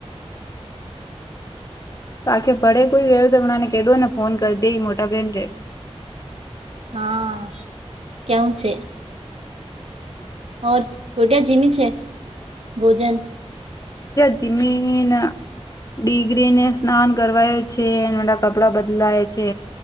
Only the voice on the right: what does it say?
હા કેમ છે. ઓર ગટ જીમી છે ભોજન